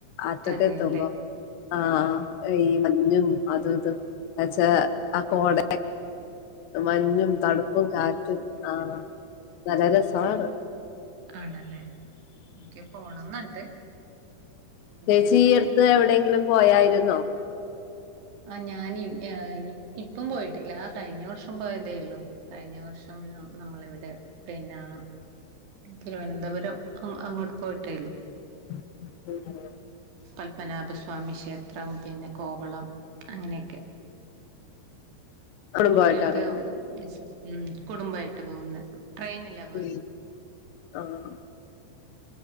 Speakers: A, on the left (about 75°); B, on the right (about 70°).
A: ആറ്റത്തെ
B: അതെല്ലേ
A: എത്തുമ്പോ ആഹ് ഈ മഞ്ഞും അതു ഇതു എന്നച്ചാ ആ കോട മഞ്ഞും തണുപ്പും കാറ്റും ആഹ് നല്ല രസമാണ്
B: ആണല്ലേ എനിക്ക് പോണംന്നുണ്ട് പിന്നെ
A: ചേച്ചി പൊറത്ത് എവിടെയെങ്കിലും പോയായിരുന്നോ
B: ആഹ് ഞാൻ എഹ് ഇപ്പം പോയിട്ടില്ല ആഹ് കഴിഞ്ഞ വർഷം പോയതേള്ളു കഴിഞ്ഞ വർഷം ന്ന നമ്മളിവിടെ പിന്നെ തിരുവനന്തപുരം ആഹ് അങ്ങോട്ട് പോയിട്ടേള്ളു
A: മ്മ്മ് ഹ്
B: പത്മനാഭ സ്വാമി ക്ഷേത്രം പിന്നെ കോവളം അങ്ങനെയൊക്കെ
A: എപ്പോഴും
B: കുട്ടികൾക്ക്
A: പോയിട്ടാണ് പോയത്
B: ഉം കുടുംബമായിട്ട് പോകുന്നെ ട്രെയിനിലാ പോകു
A: ഉം ആഹ്